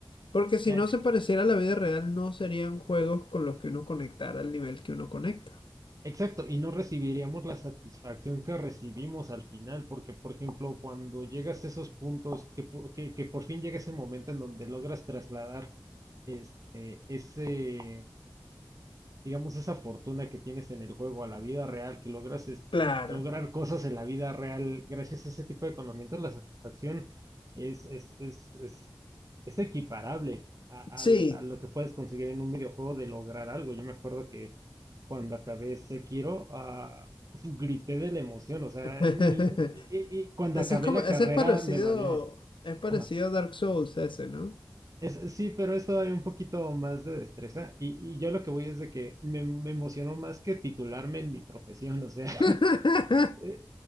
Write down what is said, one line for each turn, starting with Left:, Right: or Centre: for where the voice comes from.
Left: Porque si
Right: Eh,
Left: no se pareciera a la vida real, no serían juegos con los que uno conectara al nivel que uno conecta.
Right: Exacto, y no recibiríamos la satisfacción que recibimos al final, porque, por ejemplo, cuando llegas a esos puntos, que, po- que, que por fin llega ese momento en donde logras trasladar este, ese, digamos, esa fortuna que tienes en el juego a la vida real, que logras este,
Left: Claro,
Right: lograr cosas en la vida real gracias a ese tipo de conocimientos, la satisfacción es, es, es, es, es equiparable a,
Left: sí.
Right: al- a lo que puedes conseguir en un videojuego de lograr algo. Yo me acuerdo que cuando acabé Sekiro, ah, <laughs> fu- grité de la emoción, o sea,
Left: <laughs>
Right: ni, y- y- y cuando
Left: Ese
Right: acabé
Left: es como,
Right: la
Left: ese
Right: carrera
Left: es parecido,
Right: me valió.
Left: es parecido
Right: Ajá.
Left: a Dark Souls ese, ¿no?
Right: Es, sí, pero es todavía un poquito más de destreza y, y yo lo que voy es de que me, me emocionó más que titularme en mi profesión, o sea, <laughs>
Left: <laughs>
Right: eh,